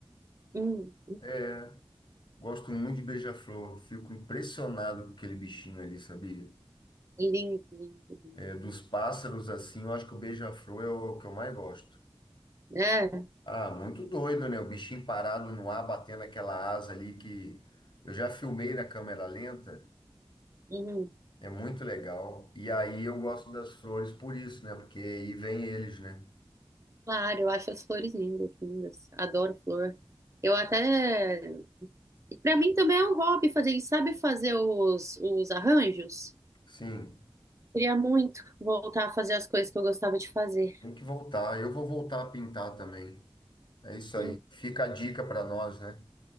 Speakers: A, on the right; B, on the left.
A: Hum,
B: É, gosto muito de beija-flor. Fico impressionado com aquele bichinho ali, sabia?
A: lindo, lindo, lindo.
B: É, dos pássaros, assim, eu acho que o beija-flor é o que eu mais gosto.
A: É,
B: Ah, muito doido, né? O bichinho parado no ar, batendo aquela asa ali que eu já filmei na câmera lenta.
A: uhum.
B: É muito legal. E aí eu gosto das flores por isso, né? Porque aí vem eles, né?
A: Claro, eu acho as flores lindas, lindas. Adoro flor. Eu até. Pra mim também é um hobby fazer isso. Sabe fazer os, os arranjos?
B: Sim.
A: Queria muito voltar a fazer as coisas que eu gostava de fazer.
B: Tem que voltar. Eu vou voltar a pintar também. É isso
A: Hum.
B: aí. Fica a dica para nós, né?